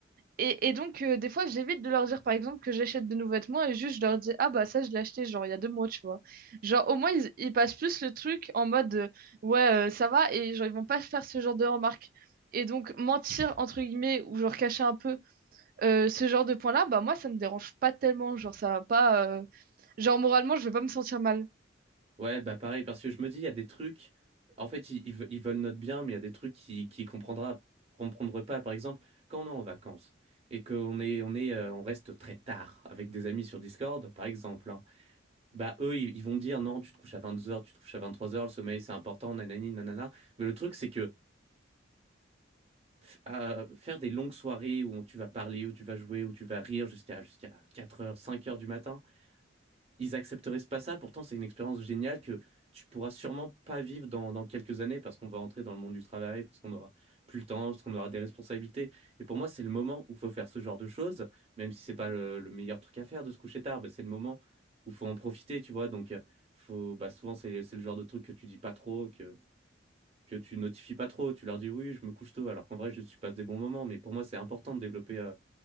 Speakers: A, on the right (about 50°); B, on the right (about 35°).
A: et, et donc, euh, des fois, j'évite de leur dire, par exemple, que j'achète de nouveaux vêtements et juste je leur dis, ah bah ça, je l'ai acheté, genre, il y a deux mois, tu vois. Genre, au moins, ils, ils passent plus le truc en mode, euh, ouais, euh, ça va, et genre, ils vont pas se faire ce genre de remarques. Et donc, mentir, entre guillemets, ou genre cacher un peu euh, ce genre de point-là, bah moi, ça me dérange pas tellement. Genre, ça va pas. euh, Genre, moralement, je vais pas me sentir mal.
B: Ouais, bah pareil, parce que je me dis, il y a des trucs. En fait, ils, ils ve- ils veulent notre bien, mais il y a des trucs qui, qui comprendra, comprendra pas. Par exemple, quand on est en vacances et qu'on est, on est, euh, on reste très tard avec des amis sur Discord, par exemple, hein, bah eux, ils, ils vont dire non, tu te couches à vingt deux heures tu te couches à vingt trois heures le sommeil c'est important, nanani, nanana. Mais le truc, c'est que f- euh, faire des longues soirées où tu vas parler, où tu vas jouer, où tu vas rire jusqu'à jusqu'à quatre heures cinq heures du matin, ils accepteraient pas ça. Pourtant, c'est une expérience géniale que tu pourras sûrement pas vivre dans, dans quelques années parce qu'on va entrer dans le monde du travail, parce qu'on aura plus le temps, parce qu'on aura des responsabilités. Et pour moi, c'est le moment où faut faire ce genre de choses, même si c'est pas le, le meilleur truc à faire de se coucher tard, bah, c'est le moment où faut en profiter, tu vois. Donc, euh, faut, bah, souvent, c'est, c'est le genre de truc que tu dis pas trop, que, que tu notifies pas trop. Tu leur dis oui, je me couche tôt, alors qu'en vrai, je tu passes des bons moments. Mais pour moi, c'est important de développer, euh,